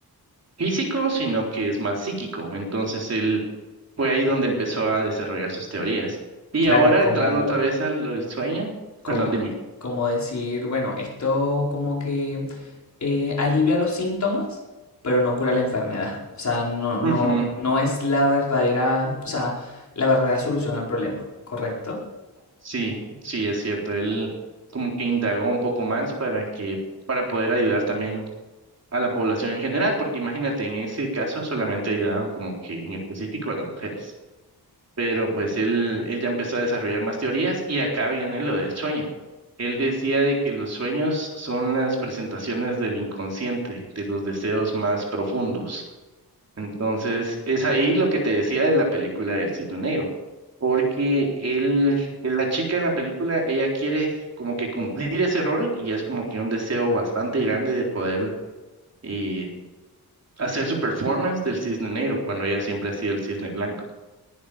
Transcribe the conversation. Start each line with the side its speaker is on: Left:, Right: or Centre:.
Right: físico, sino que es más psíquico. Entonces él fue ahí donde empezó a desarrollar sus teorías. Y
Left: Claro,
Right: ahora
Left: como,
Right: entrando otra vez a lo del sueño,
Left: como,
Right: perdón, dime.
Left: como decir, bueno, esto como que eh, alivia los síntomas, pero no cura la enfermedad. O sea, no, no,
Right: Ujú,
Left: no es la verdadera, o sea, la verdadera solución al problema, ¿correcto?
Right: Sí, sí, es cierto. Él como que indagó un poco más para que, para poder ayudar también a la población en general, porque imagínate, en ese caso solamente ayudaban como que en específico a las mujeres. Pero pues él, él ya empezó a desarrollar más teorías y acá viene lo del sueño. Él decía de que los sueños son las presentaciones del inconsciente, de los deseos más profundos. Entonces, es ahí lo que te decía de la película del Cisne Negro, porque él, eh, la chica en la película, ella quiere como que cumplir ese rol y es como que un deseo bastante grande de poder y hacer su performance del Cisne Negro cuando ella siempre ha sido el Cisne Blanco,